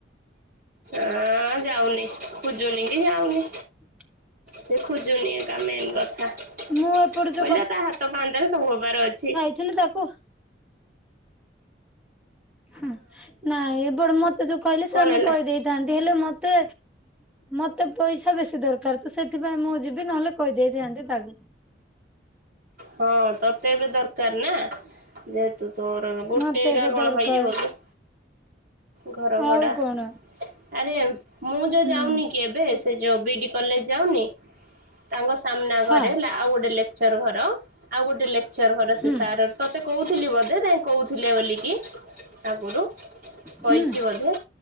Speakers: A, on the right; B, in the centre.
A: ଆଁ ଯାଉନି ଖୋଜୁନି କି ଯାଉନି।
B: <inaudible>
A: ସେ ଖୋଜୁନି ଏକା ମେନ୍ କଥା। କହିଲି
B: ମୁଁ ଏପଟେ ଯୋଉ
A: ବା ତା ହାତ ପାହାନ୍ତାରେ ସବୁ ହବାର ଅଛି।
B: ହେଲେ ତାକୁ ହଁ ନାଇଁ ଏ ବଡ ମତେ ଯୋଉ କହିଲେ ସେଇଟା
A: କଣ
B: ମୁଁ
A: ହେଲା
B: କହିଦେଇଛି। ଥାନ୍ତି ହେଲେ ମତେ ମତେ ପଇସା ବେଶୀ ଦରକାର ତ ସେଥିପାଇଁ ମୁଁ ଯିବି ନହେଲେ। କହି ଦେଇଥାନ୍ତି ତାକୁ।
A: ହଁ ତତେ ଏବେ ଦରକାର ନା। ଯେହେତୁ ତୋର ଗୋଟେଗା
B: ମତେ ଏବେ
A: କଣ
B: ଦରକାର
A: ହେଇଯିବ କି? ଘର ଭଡ଼ା
B: ଆଉ କଣ
A: ଆରେ ମୁଁ ଯୋଉ
B: ହୁଁ।
A: ଯାଉନି କି ଏବେ ସେ ଯୋଉ ବିଡି କଲେଜ ଯାଉନି। ତାଙ୍କ ସାମ୍ନା ଘରେ
B: ହଁ
A: ହେଲା ଆଉ ଗୋଟେ ଲେ କ୍ଚର ଘର ଆଉ ଗୋଟେ ଲେକ୍ଚର ଘର
B: ହୁଁ
A: ସେ ସାର୍ ତତେ କହୁଥିଲି ବୋଧେ ତା କହୁଥିଲେ ବୋଲିକି ଆଗରୁ କହିଛି
B: ହୁଁ
A: ବୋଧେ